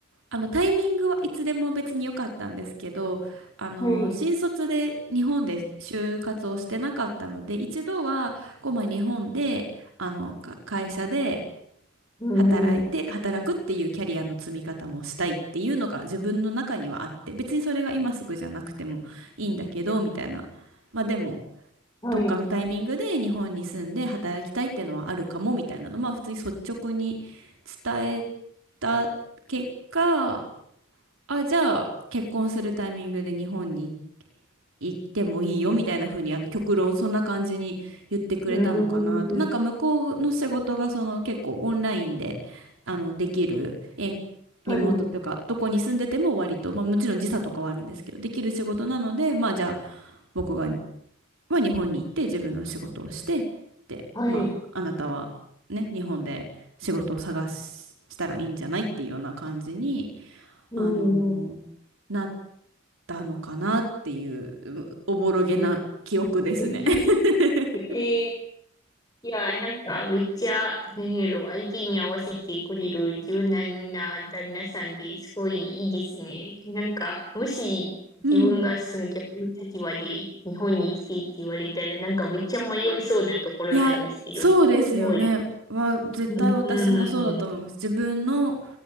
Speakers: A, on the right (about 65°); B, on the left (about 20°).
A: あのタイミングはいつでも別に良かったんですけど、あの新卒で日本で就活をしてなかったので、
B: はい、
A: 一度はこうまあ日本であのか会社で
B: うん、
A: 働いて働くっていうキャリアの積み方もしたいっていうのが自分の中にはあって、別にそれが今すぐじゃなくてもいいんだけどみたいな。まあでも
B: はい、
A: どっかのタイミングで日本に住んで働きたいっていうのはあるかもみたいなのまあ普通に率直に伝えた結果。あ、じゃあ、結婚するタイミングで日本に行ってもいいよみたいな風に、あの、極論、そんな感じに言ってくれたのかなと。
B: うん、
A: なんか、向こうの仕事が、その、結構オンラインで、あの、できる、遠リモートというか、
B: はい、
A: どこに住んでても割と、まあ、もちろん時差とかはあるんですけど、できる仕事なので、まあ、じゃあ、僕が、まあ、日本に行って自分の仕事をして、で、
B: はい、
A: まあ、あなたは、ね、日本で仕事を探し、したらいいんじゃないっていうような感じに、
B: う
A: あのー
B: ん。
A: なったのかなっていう、うおぼろげな記憶ですね。
B: えー <laughs>
A: <laughs>
B: えいや、なんか、めっちゃ、なんやろ、相手に合わせてくれる柔軟な旦那さんですごいいいですね。なんか、もし自分がその逆の立場で日本に来てって言われたら、
A: うん。
B: なんかめっちゃ迷いそうなところなんですけど、
A: いや、そうですよね。
B: すごい。
A: は、絶対私もそうだと思います。
B: うん、うん、
A: 自分の、